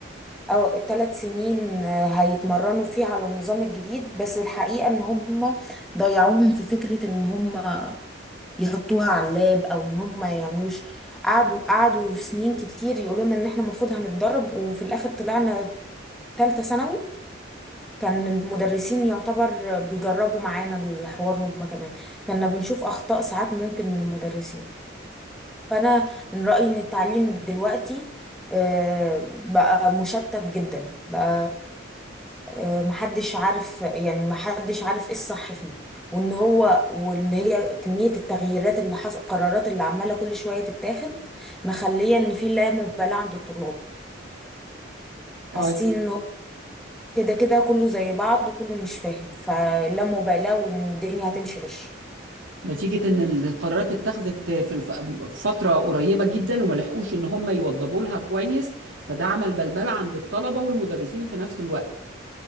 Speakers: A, in the centre; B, on the right.
A: أو ثلاث سنين آه، هيتمرنوا فيه على النظام الجديد بس الحقيقة إن هم ضيعوهم في فكرة إن هم يحطوها على اللاب او ان هم ما يعملوش قعدوا قعدوا في سنين كتير يقولوا لنا ان احنا المفروض هنتدرب وفي الاخر طلعنا تالتة ثانوي كان المدرسين يعتبر بيجربوا معانا الحوار هم كمان كنا بنشوف اخطاء ساعات ممكن من المدرسين فانا من رأيي ان التعليم دلوقتي آه، بقى مشتت جدا بقى آه، محدش عارف يعني محدش عارف ايه الصح فيه وان هو واللي هي كمية التغييرات اللي حصل القرارات اللي عمالة كل شوية تتاخد مخلية ان في لا مبالاة عند الطلاب
B: اه
A: حاسين
B: يعني
A: ان هو كده كده كله زي بعض وكله مش فاهم فلا مبالاة وان الدنيا هتمشي غش
B: نتيجة إن القرارات اتخذت في الف- فترة قريبة جدا وما لحقوش إن هم يوضبوا لها كويس فده عمل بلبلة عند الطلبة والمدرسين في نفس الوقت